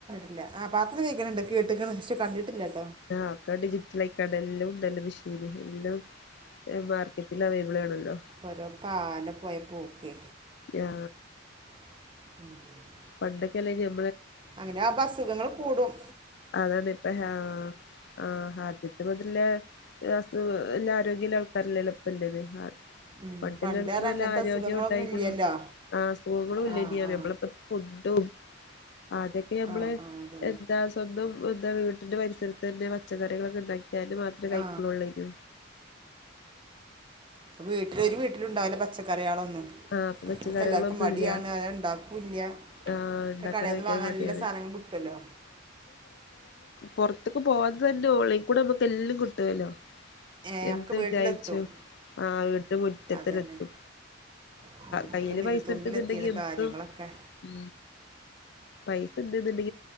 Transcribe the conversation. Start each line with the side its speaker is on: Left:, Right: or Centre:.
Right: ഇല്ല ആ പാത്ര കേൾക്കണണ്ട് കേട്ടക്ക ശ കണ്ടിട്ട് <unintelligible>
Left: ആക്കെ ഡിജിറ്റലായി ക <unintelligible> ടലിലും <unintelligible> ശരി ഇും മാർക്കറ്റിൽ അവൈലബിൾ ആണല്ലോ
Right: ഓരോ കാലം പോയ പൂക്ക്
Left: ആ
Right: <unintelligible>
Left: പടക്കില <unintelligible>
Right: അങ്ങനെ ആ അസുഖങ്ങള്ൾ കൂടും
Left: അതാണ് ഇപ്പൊ ആഹ ആ ആദ്യത്തെ മുതല് <inaudible> എല്ലാ ആരോഗ്യല്ല ആൾക്കാരല്ലപ്പം പില്ലത് <unintelligible> ഹാ
Right: ഉം,
Left: പണ്ടുള്ളടുക്ക
Right: പണ്ട് അത്
Left: നല്ല
Right: അങ്ങനത്തെ
Left: ആരോഗ്യം
Right: അസുഖങ്ങളൊന്നും
Left: ഉണ്ടായിരുന്നു
Right: ഇല്ലല്ലോ
Left: അസുഖങ്ങളും ഇല്ലനിയ
Right: ആ ആ
Left: നമ്മളിപ്പോ ഫുഡും അതൊക്കെ നമ്മള്
Right: ആ ആ അതന്നെ
Left: എന്താ എന്താ വീട്ടിന്റെ പരിസരത്ത് തന്നെ പച്ചക്കറികളൊക്കെ ഉണ്ടാക്കി <unintelligible> മാത്രമേ കഴിക്കലൊള്ളുഅയ്നി
Right: ആ പ്പൊ വീട്ടിലൊരു ഒരു വീട്ടിലും ഇണ്ടാവല്ല പച്ചക്കറിയാളൊന്നും
Left: ആ ഇപ്പൊ പച്ചക്കറികളൊന്നും
Right: ക്ക എല്ലാർക്കും മടിയാണ്
Left: ഇല്ല
Right: അ ഇണ്ടാക്കുല്ല്യ.
Left: ആ
Right: ഒക്കെ
Left: ഉണ്ടാക്കാൻ
Right: കടയിൽന്ന്
Left: ഭയങ്കര
Right: വാങ്ങാൻ
Left: മടിയാണ്
Right: എല്ല സാധനങ്ങളും കിട്ടല്ലോ
Left: പുറത്ത്ക്ക് പോവാതെന്നെ ഓൺലൈൻ കൂടെ നമ്മുക്ക് എല്ലാം കിട്ടുവല്ലോ
Right: ഏ
Left: എന്ത്
Right: ഒക്കെ വീട്ടിലെത്തും
Left: വിചാരിച്ചു ആ വീടിന്റെ മുറ്റത്തെന്നെ
Right: അതന്നെ
Left: എത്തും.
Right: ഉം,
Left: കയ്യില്
Right: ഒക്കെ വിരൽത്തുമ്പിലെത്തിയാണ്
Left: പൈസ ഇണ്ടുന്നുണ്ടെങ്കി എന്തും
Right: കാര്യങ്ങളൊക്കെ
Left: ഉ പൈസ ഇണ്ട്‌ന്ന്ണ്ടെങ്ക ക്ക്